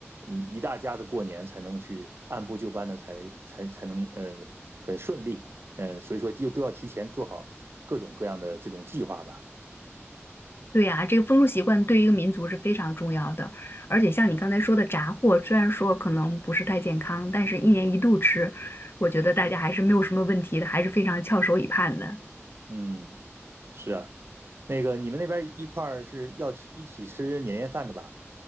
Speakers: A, on the right; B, on the left.
A: 一一大家子过年才能去按部就班的才才才能呃很顺利。呃，所以说就都要提前做好各种各样的这种计划吧。
B: 对呀，这个风俗习惯对于一个民族是非常重要的，而且像你刚才说的炸货，虽然说可能不是太健康，但是一年一度吃，我觉得大家还是没有什么问题的，还是非常翘首以盼的。
A: 嗯，是啊，那个你们那边一块儿是要吃一起吃年夜饭的吧？